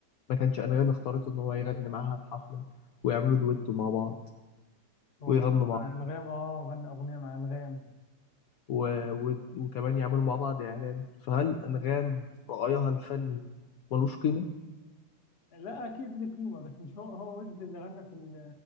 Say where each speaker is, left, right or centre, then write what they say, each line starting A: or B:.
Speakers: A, on the left; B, on the left.
A: ما كانش أنغام اختارته إن هو يغني معاها في حفلة ويعملوا دويتو مع بعض
B: هو
A: ويغنوا
B: غنى
A: مع
B: مع انغام اه غنى اغنيه مع انغام
A: و... و... وكمان يعملوا مع بعض إعلان فهل أنغام رأيها الفني ملوش قيمة؟
B: لا اكيد ليه قيمه بس مش هو هو ويجز اللي غنى في ال